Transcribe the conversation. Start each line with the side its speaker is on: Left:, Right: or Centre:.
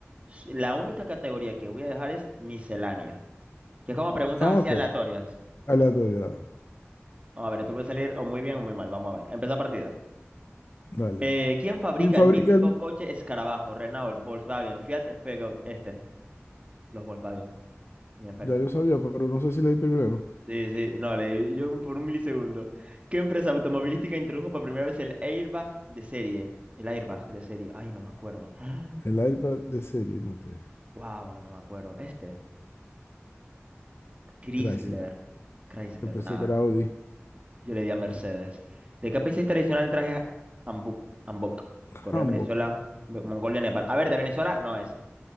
Right: s- la única categoría que voy a dejar es miscelánea, que es como preguntas
Left: Ah,
Right: así
Left: ok.
Right: aleatorias.
Left: Aleatoriedad.
Right: Bueno, vamos a ver, esto puede salir o muy bien o muy mal, vamos a ver, empieza partida.
Left: Dale.
Right: Eh, ¿quién fabrica
Left: ¿Quién fabrica
Right: el mítico
Left: el...
Right: coche Escarabajo? Renault, Volkswagen, Fiat, Peugeot, este, los Volkswagen, en efecto.
Left: Ya yo sabía, pero no sé si leí primero.
Right: Sí, sí, no, leí yo por un milisegundo. ¿Qué empresa automovilística introdujo por primera vez el airbag de serie? El airbag de serie. Ay, no me acuerdo. <gasps>
Left: El iPad de serie, no te...
Right: Wow, no me acuerdo. Este, Chrysler.
Left: Chrysler.
Right: Chrysler,
Left: Yo pensé
Right: nada.
Left: que era Audi.
Right: Yo le di a Mercedes. ¿De qué país es tradicional el traje Hanbok? Hanbok. Corea,
Left: Hanbok.
Right: Venezuela, Mo- Mongolia, Nepal. A ver, de Venezuela no es,